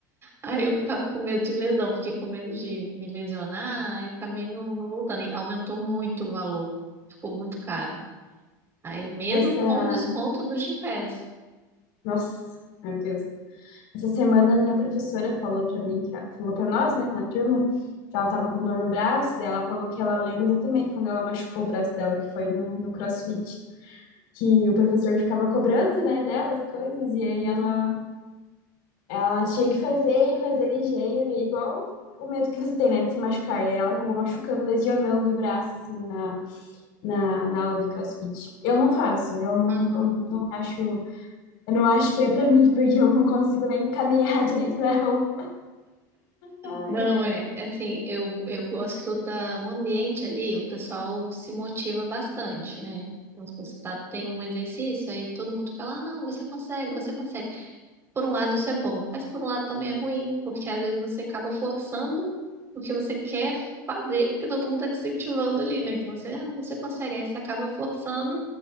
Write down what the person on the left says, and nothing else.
Essa,
nossa, meu Deus. Essa semana a minha professora falou pra mim, que- falou pra nós, né, na turma, que ela tava com dor no braço, daí ela falou que ela lembra exatamente quando ela machucou o braço dela, que foi no, no CrossFit, que o professor ficava cobrando, né, dela as coisas, e aí
ela, ela tinha que fazer e fazer ligeiro, e igual o medo que você tem, né, de se machucar, e aí ela
acabou machucando, lesionando o braço, assim, na, na, na aula de CrossFit. Eu não faço, eu não,
não, não acho. Eu não acho que é pra mim, porque eu não consigo nem caminhar <laughs> direito na rua. Ai,
ai.